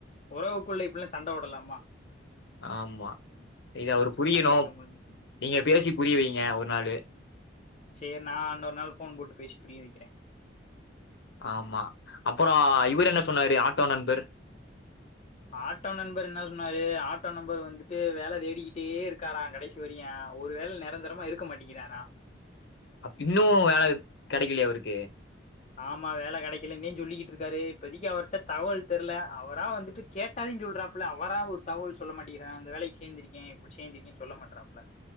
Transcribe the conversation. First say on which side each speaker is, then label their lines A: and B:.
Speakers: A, on the left; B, on the left.
A: ஒறவுக்குள்ள இப்புல்லா சண்ட போடலாமா
B: ஆமா இத அவரு
A: சொன்னா
B: புரியணு
A: கேட்க முடி
B: நீங்க
A: ம்
B: பேசி புரிய வெய்ங்க ஒரு நாளு
A: சேர் நா இன்னொரு நாள் ஃபோன் போட்டு பேசி புரிய வெக்கிறே
B: ஆமா அப்பறோ இவுரென்ன சொன்னாரு ஆட்டோ நண்பர்
A: ஆட்டோ நண்பர் என்னா சொன்னாரு ஆட்டோ நம்பர் வந்துட்டு வேல தேடிக்கிட்டே இருக்காரா கடைசி வரியன் ஒரு வேள நெரந்தரமா இருக்க மாட்டிகிராரா
B: அப் இன்னு வேல கெடைக்கிலயா அவருக்கு
A: ஆமா வேல கெடக்கலன்னே சொல்லிகிட்ருக்காரு இப்பதிக்கி அவர்ட்ட தகவல் தெர்ல அவரா வந்துட்டு கேட்டாதேன் சொல்றாப்புல அவரா ஒரு தகவல் சொல்லமாட்டிக்கிறா இந்த வேலைக் சேந்திருக்கேன் இப்டி சேந்திருக்கேன்னு சொல்ல மாட்றாப்புல